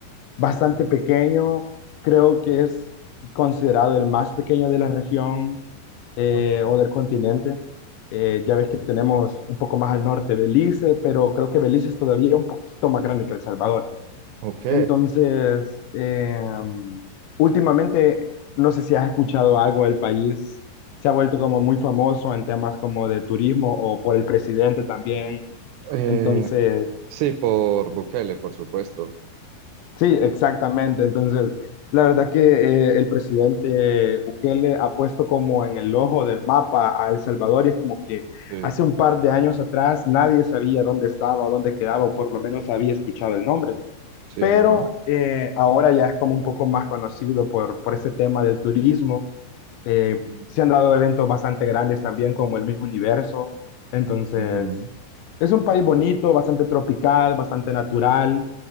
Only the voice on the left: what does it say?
bastante pequeño. Creo que es considerado el más pequeño de la región. eh,
o del continente. Eh, ya ves que tenemos un poco más al norte Belice, pero creo que Belice es todavía un poquito más grande que El Salvador.
Entonces, eh, mm, últimamente, no sé si has escuchado algo del país, se ha vuelto como muy famoso en temas como de turismo o por el presidente también.
Entonces,
Sí, exactamente. Entonces, la verdad que eh, el presidente Bukele ha puesto como en el ojo del mapa a El Salvador y es como que
hace un par de años atrás nadie sabía dónde estaba o dónde quedaba, o por lo menos había escuchado el nombre.
Pero
eh, ahora ya es como un poco más conocido por, por este tema del turismo. Eh,
se han dado eventos bastante grandes también como el mismo universo. Entonces,
es un país bonito, bastante tropical, bastante natural